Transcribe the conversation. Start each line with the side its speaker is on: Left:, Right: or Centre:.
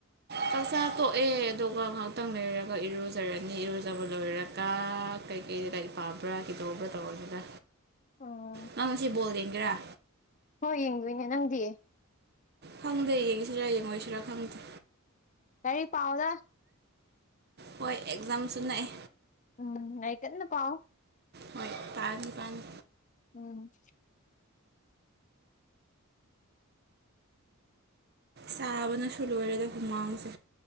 Right: ꯆꯥꯛꯆꯥ ꯇꯣꯛꯑꯦ ꯑꯗꯨꯒ ꯉꯥꯏꯍꯥꯛꯇꯪ ꯂꯩꯔꯒ ꯏꯔꯨꯖꯔꯅꯤ ꯏꯔꯨꯖꯕ ꯂꯣꯏꯔꯒ ꯀ ꯀꯩꯀꯩ ꯂꯒꯥꯔꯤ ꯄꯥꯕ꯭ꯔꯥ ꯀꯩꯗꯧꯕ꯭ꯔꯥ ꯇꯧꯔꯒꯗ
Left: ꯑꯣ
Right: ꯅꯪ ꯉꯥꯁꯤ ꯕꯣꯜ ꯌꯦꯡꯒꯦꯔꯥ
Left: ꯍꯣꯏ ꯌꯦꯡꯗꯣꯏꯅꯦ ꯅꯪꯗꯤꯦ
Right: ꯈꯪꯗꯦ ꯌꯦꯡꯁꯤꯔ ꯌꯦꯡꯉꯣꯏꯁꯤꯔ ꯈꯪꯗꯦ
Left: ꯂꯥꯏꯔꯤꯛ ꯄꯥꯎꯗ
Right: ꯍꯣꯏ ꯑꯦꯛꯖꯥꯝꯁꯨ ꯅꯥꯛꯑꯦ
Left: ꯎꯝ ꯍꯥꯏꯔꯤꯛꯀꯟꯅ ꯄꯥꯎ
Right: ꯍꯣꯏ ꯇꯅꯤ ꯄꯅꯤ
Left: ꯎꯝ
Right: ꯁꯥꯕꯅꯁꯨ ꯂꯣꯏꯔꯦꯗ ꯍꯨꯃꯥꯡꯁꯦ